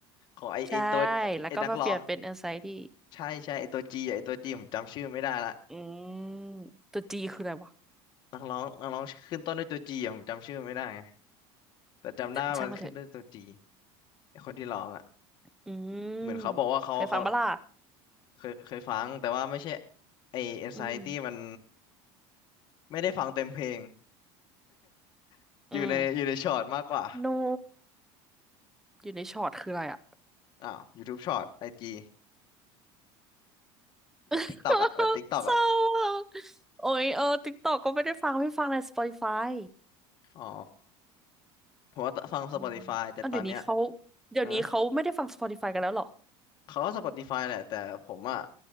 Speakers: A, on the left; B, in the centre.
A: ของไอไอตัวไอนักร้อง
B: ใช่แล้วก็มาเปลี่ยนเป็น anxiety
A: ใช่ใช่ไอตัวจีไอตัวจีผมจำชื่อไม่ได้ละ
B: อืมตัว G คืออะไรวะ
A: นักร้องนักร้องขึ้นต้นด้วยตัวจีอะผมจำชื่อไม่ได้ไงแต่จำได้ว่ามันขึ้นด้วยตัวจี
B: ใช่างมันเถอะ
A: ไอคนที่ร้องอ่ะ
B: อืม
A: เหมือนเขาบอกว่าเขาเขา
B: เคยฟังบ้าล่ะ
A: เคยเคยฟังแต่ว่าไม่ใช่ไอ Anxiety
B: อืม
A: มันไม่ได้ฟังเต็มเพลง <laughs> อยู่ในอยู่ในช็อตมากกว่า
B: อืมนกอยู่ในช็อตคืออะไรอ่ะ
A: อ้าว YouTube ช็อตไอจีแบบ
B: <laughs>
A: TikTok อ่ะแบบ TikTok
B: เศร้าอะ
A: อ่ะ
B: โอ้ยเออติ๊กตอกก็ไม่ได้ฟังไม่ฟังใน Spotify
A: อ๋อผมว่าฟัง
B: อืมเาวเดี๋ยวนี้เขา
A: Spotify แต่ตอนเนี้ย
B: เดี๋ยวนี้เขาไม่ได้ฟัง
A: ฮะ
B: Spotify กันแล้วเหรอ
A: เขาก็ Spotify แหละแต่ผมอ่ะ